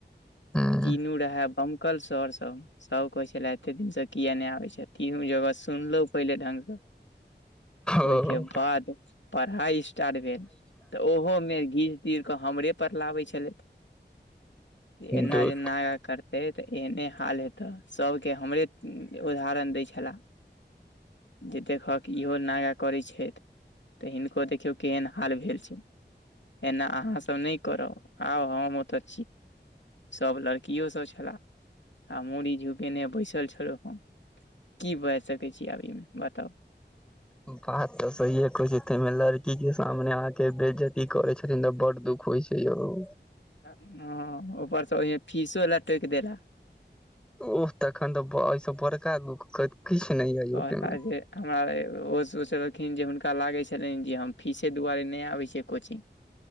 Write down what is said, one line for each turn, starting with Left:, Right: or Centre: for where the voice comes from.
Centre: हूँ
Left: तीनू रहे बमकल सर सब कहे छले एते दिन से किया नहि आबे छीय तिनो जगह सुनलो पहिले ढंग स ओहिके
Centre: ओ
Left: बाद पढ़ाई स्टार्ट भेल त ओहोमे घीच तीर क हमरे पर लबै छलेथ ऐना
Centre: दू
Left: जे नागा करते तऽ एने हाल हेतै तऽ सँभके हमरे उदाहरण दै छलाह जे देखहक इहो नागा करै छैथ तऽ हिनको देखियौ केहन हाल भेल छैय। एना अहाँ सब नहि करब आउ हम ओतऽ छी। सब लड़कियो सब छला हम मूड़ी झुकेने बैसल छलो हन की बाइज सकै छी आब ई मे बताउ
Centre: बात तऽ सहिये कहै छै, ते मे लड़की के सामने अहा के बेजती करे छथिन तऽ बड़ दुख होइ छै, यौउ
Left: ह, ऊपर से ओहिमे फीसो ला टोकि देला
Centre: ओह तखन तऽ बऽ अए स बड़का दुःख किछ नहि यौ
Left: कहला
Centre: ओते मे
Left: जे हमरा ओहो सोचलखिन जे हुनका लागे छलनि जे हम फीसे दुवारे नहि आबै छै कोचिंग,